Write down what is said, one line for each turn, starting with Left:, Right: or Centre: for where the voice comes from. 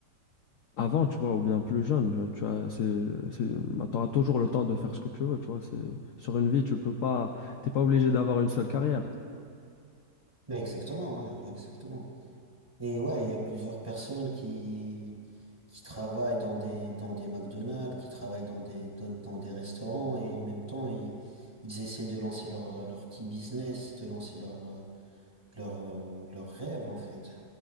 Left: avant, tu vois, ou bien plus jeune. euh, Tu as, c'est, c'est, auras toujours le temps de faire ce que tu veux, tu vois. C'est, sur une vie, tu peux pas, t'es pas obligé d'avoir une seule carrière.
Right: Mais Exactement, ouais, exactement. Et ouais, il y a plusieurs personnes qui, qui travaillent dans des, dans des McDonald's, qui travaillent dans des, dans, dans des restaurants et en même temps, ils, ils essaient de lancer leur, leur petit business, de lancer leur, euh, leur, euh, leur rêve en fait.